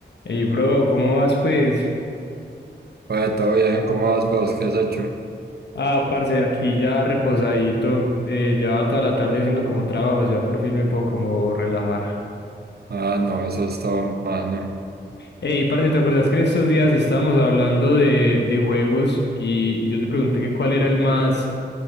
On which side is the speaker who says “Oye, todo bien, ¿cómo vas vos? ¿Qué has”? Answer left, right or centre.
Right